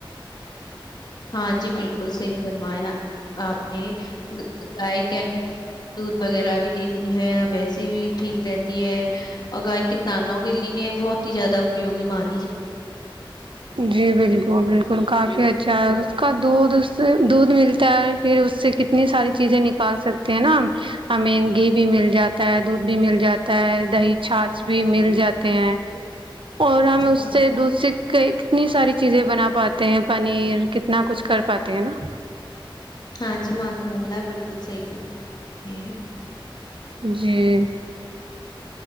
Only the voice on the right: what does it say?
جی بالکل بالکل کافی اچھ <unintelligible> اچھا اس کا دودھ اس سے دودھ ملتا ہے پھر اس سے کتنی ساری چیزیں نکال سکتے ہیں نا ہم ہمیں گھی بھی مل جاتا ہے دودھ بھی مل جاتا ہے دہی چھاچھ بھی مل جاتے ہیں <unintelligible> اور ہمیں
دودھ سے کتنی ساری چیزیں بنا پاتے ہیں پنیر کتنا کچھ کر پاتے ہیں نا <unintelligible>
جی <inaudible>